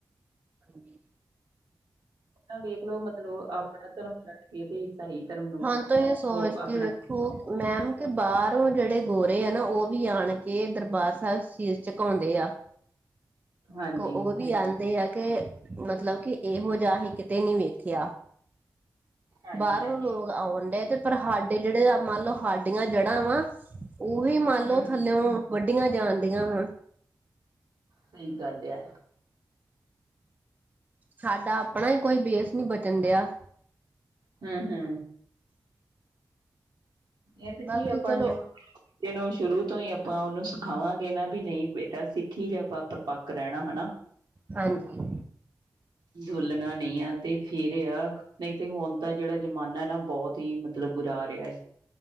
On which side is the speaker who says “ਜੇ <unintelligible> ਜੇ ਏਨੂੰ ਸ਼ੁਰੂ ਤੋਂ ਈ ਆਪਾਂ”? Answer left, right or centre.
Right